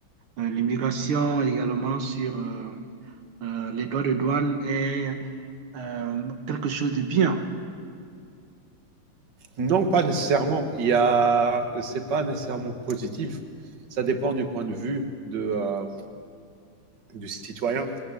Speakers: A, on the right; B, on the right.
A: euh, l'immigration, également sur euh, euh, les droits de douane est euh, quelque chose de bien.
B: Non, pas nécessairement. Il y a, c'est pas nécessairement positif. Ça dépend du point de vue de, euh, du citoyen.